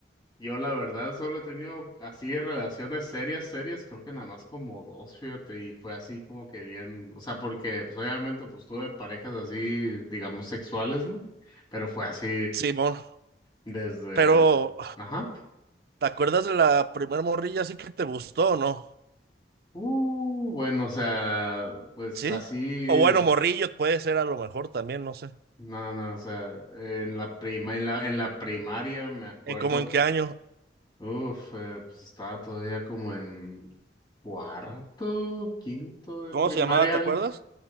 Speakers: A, on the left; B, on the right.
A: Yo la verdad solo he tenido así relaciones serias, serias, creo que nada más como dos, fíjate, y fue así como que bien, o sea, porque pues obviamente pues tuve parejas así, digamos, sexuales, ¿no? Pero fue así
B: Simón,
A: desde,
B: pero
A: ajá,
B: ¿te acuerdas de la primer morrilla así que te gustó o no?
A: uh, bueno, o sea, pues
B: Sí.
A: así, eh,
B: O bueno, Morrillos puede ser a lo mejor también, no sé.
A: no, no, o sea, en la prima, en la, en la primaria me acuerdo
B: ¿En cómo en qué año?
A: Uf, eh, pues estaba todavía como en cuarto, quinto de
B: ¿Cómo
A: primaria.
B: se llamaba? ¿Te acuerdas?